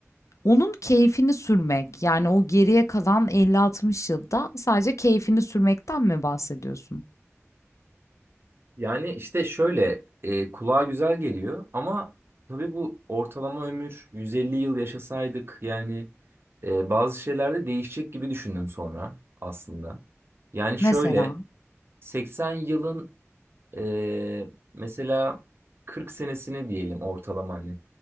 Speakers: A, on the left (about 90°); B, on the right (about 50°).
A: Onun keyfini sürmek yani o geriye kalan elli altmış yılda sadece keyfini sürmekten mi bahsediyorsun?
B: Yani işte şöyle e, kulağa güzel geliyor ama tabii bu ortalama ömür 150 yıl yaşasaydık yani e, bazı şeylerde değişecek gibi düşündüm sonra aslında. Yani şöyle
A: Mesela,
B: 80 yılın e, mesela 40 senesini diyelim ortalama hani